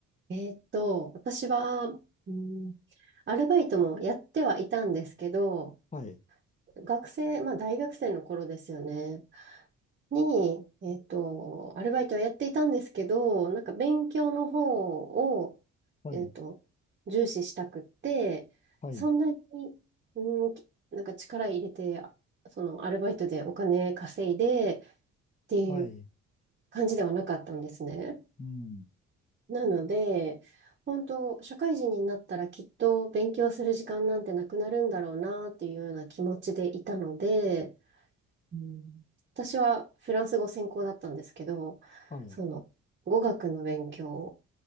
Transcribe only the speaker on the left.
はい、
はい、
はい、
はい、
うん、
はい、